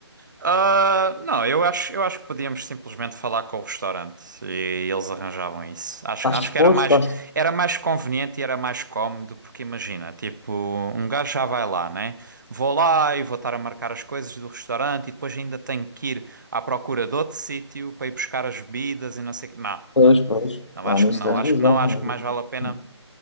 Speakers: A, on the right; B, on the left.
A: Ah, não, eu acho, eu acho que podíamos simplesmente falar com o restaurante e eles arranjavam isso. Acho,
B: Faz
A: acho
B: esforço,
A: que era mais,
B: faz.
A: era mais conveniente e era mais cómodo, porque imagina, tipo, um gajo já vai lá, né? Vou lá e vou estar a marcar as coisas do restaurante e depois ainda tenho que ir à procura de outro sítio para ir buscar as bebidas e não sei o quê. Não,
B: Pois,
A: não,
B: pois.
A: não,
B: Lá
A: acho
B: nisso
A: que não,
B: tens
A: acho
B: razão.
A: que não, acho
B: não
A: que mais vale a pena
B: é?